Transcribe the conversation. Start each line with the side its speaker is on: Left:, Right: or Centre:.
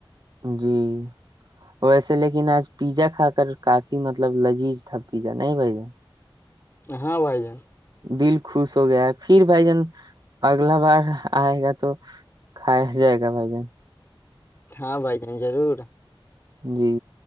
Right: جی ویسے لیکن آج پیزا کھا کر کافی مطلب لذیذ تھا پیزا نہیں بھائی جان
Left: ہاں بھائی جان
Right: دل خوش ہو گیا ہے پھر بھائی جان اگلا بار آے گا تو کھ جائے گا کیا بھائی ج
Left: ہاں بھائی جان ضرور
Right: جی